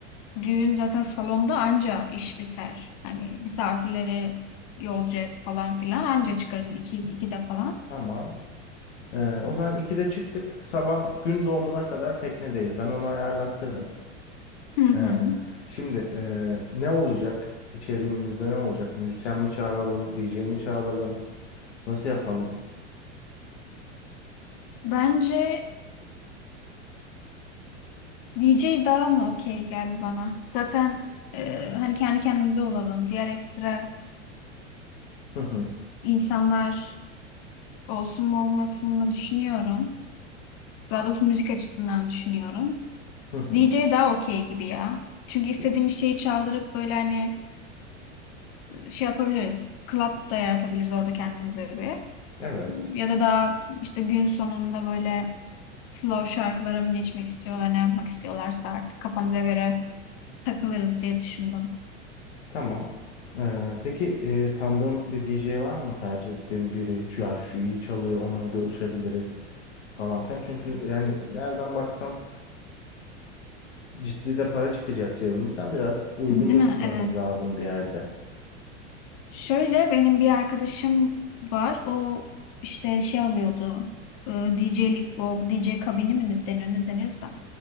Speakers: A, on the left; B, on the left.
A: düğün zaten salonda anca iş biter. Hani misafirleri yolcu et falan filan anca çıkarız iki,
B: İki.
A: iki de falan.
B: Tamam. Ee, o zaman 2'de çıktık. Sabah gün doğumuna kadar teknedeyiz. Ben onu ayarlattırırım.
A: Hı hı.
B: Ee, şimdi e, ne olacak? İçeriğimizde ne olacak? Müzisyen mi çağıralım? DJ mi çağıralım? Nasıl yapalım?
A: Bence DJ daha mı okey geldi bana? Zaten e, hani kendi kendimize olalım. Diğer ekstra
B: Hı hı,
A: insanlar olsun mu olmasın mı düşünüyorum. Daha doğrusu müzik açısından düşünüyorum.
B: hı hı.
A: DJ daha okey gibi ya. Çünkü istediğimiz
B: T-
A: şeyi çaldırıp böyle hani şey yapabiliriz. Club da yaratabiliriz orada kendimize bir.
B: Evet.
A: Ya da daha işte gün sonunda böyle slow şarkılara mı geçmek istiyorlar, ne yapmak istiyorlarsa artık kafamıza göre takılırız diye düşündüm.
B: Tamam. Ee, peki e, tanıdığın bir DJ var mı tercih ettiğin biri? Şu an şu iyi çalıyor onunla görüşebiliriz falan filan. Çünkü yani nereden baksan ciddi de para çıkacak cebimizden biraz uygun
A: Değil
B: da
A: mi?
B: tutmamız
A: Evet.
B: lazım bir yerde.
A: Şöyle benim bir arkadaşım var. O işte şey alıyordu. e, DJ'lik o DJ kabini mi ne deniyor ne deniyorsa